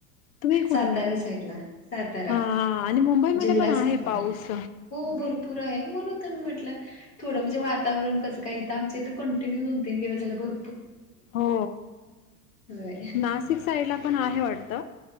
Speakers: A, on the left; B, on the left.
A: तुम्ही कुठे
B: सातारा
A: आहे?
B: सईडला सातारा
A: हा आणि मुंबईमध्ये
B: जिल्हा
A: पण
B: सात
A: आहे पाऊस.
B: हो भरपूर आहे म्हणून म्हटलं थोडं म्हणजे वाता कसं काय आम इथ कंटि्य दोन तीन दिवसाला भर
A: हो
B: होय
A: नाशिक साईडला पण आहे वाटत